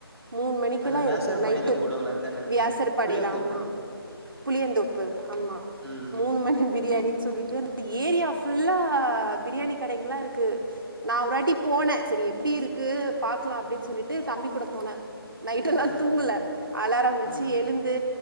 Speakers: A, on the right; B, in the centre.
A: மூனு மணிக்கெல்லா
B: அந்த வேசார்
A: இருக்கு நைட்டு
B: பாடியில போடுவாங்களே அதான
A: வியாசர்பாடில
B: புளியாந்தோப்பு
A: ஆம்மா புளியந்தோப்பு ஆமா
B: ம்
A: மூனு மணி பிரியாணினு சொல்லி <unintelligible> ஏரியா ஃபுல்லா பிரியாணி கடைங்களா இருக்கு நா ஒருவாட்டி போன சரி எப்டி இருக்கு பாக்கலா அப்டின்னு சொல்லிட்டு தம்பி கூட போன நைட் எல்லா
B: ம்
A: தூங்கல அலாரம் வச்சு
B: ம்
A: எழுந்து